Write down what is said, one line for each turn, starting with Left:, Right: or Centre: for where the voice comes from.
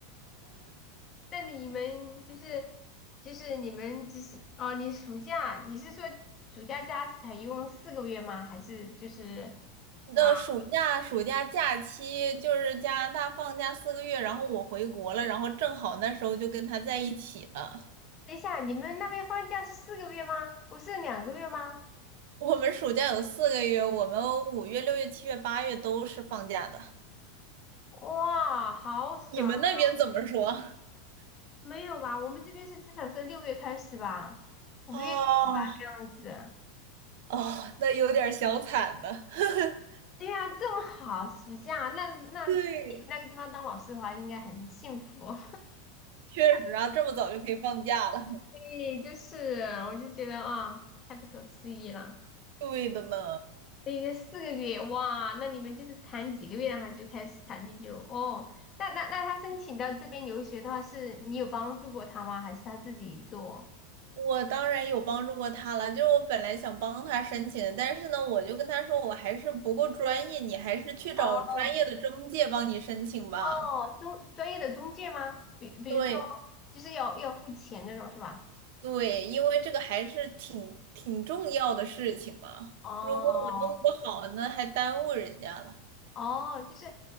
Left: 那你们就是就是你们就是哦，你暑假你是说暑假假才一共四个月吗？还是就是
Right: 那暑假暑假假期就是加拿大放假四个月，
Left: 啊？
Right: 然后我回国了，然后正好那时候就跟他在一起了。
Left: 等一下，你们那边放假是四个月吗？不是两个月吗？
Right: <laughs> 我们暑假有四个月，我们五月、六月、七月、八月都是放假的。
Left: 哇，好爽啊！
Right: 你们那边怎么说？<laughs>
Left: 没有吧？我们这边是至少是六月开始吧，五月
Right: 哦
Left: 这样子。
Right: 哦，那有点小惨的。<laughs>
Left: 对呀、这么好，暑假那那在你们那个地方当老师的话，
Right: 对，
Left: 应该很幸福。
Right: 确实啊，这么早就可以放假了。<laughs>
Left: <laughs> 对，就是我就觉得啊，太不可思议了。
Right: 对的呢。
Left: 等于四个月，哇，那你们就是谈几个月，然后就开始谈地就哦。那那那他申请到这边留学的话，是你有帮助过他吗？还是他自己做？
Right: 我当然有帮助过他了，就是我本来想帮他申请的，但是呢，我就跟他说我还是不够专业，你还是去找专业的中介帮你申请吧。
Left: 哦哦，中专业的中介吗？比比如说，
Right: 对
Left: 就是要要付钱那种是吧？
Right: 对，因为这个还是挺挺重要的事情嘛，
Left: 哦
Right: 如果我弄不好，那还耽误人家了。
Left: 哦，就是